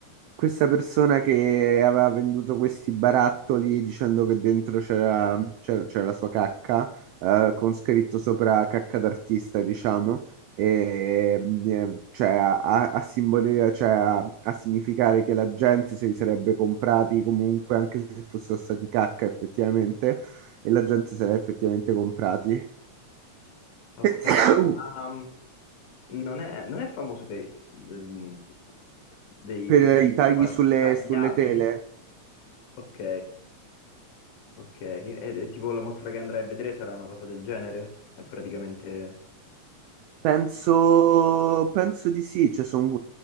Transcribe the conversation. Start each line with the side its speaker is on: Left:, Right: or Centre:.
Right: questa persona che aveva venduto questi barattoli dicendo che dentro c'era c'era- c'era la sua cacca, eh, con scritto sopra cacca d'artista, diciamo, e, mm, eh, cioè, a, a- a simboli- cioè, a- a significare che la gente se li sarebbe comprati comunque, anche se fossero stati cacca effettivamente, e la gente se li ha effettivamente comprati.
Left: Ho capito,
Right: <coughs>
Left: ma mm, non è, non è famoso per mm, dei
Right: Per
Left: tipo
Right: i tagli
Left: quasi
Right: sulle,
Left: tagliati?
Right: sulle tele,
Left: Ok, ok. E, e tipo la mostra che andrai a vedere sarà una cosa del genere? È praticamente.
Right: Penso, penso di sì, cioè sono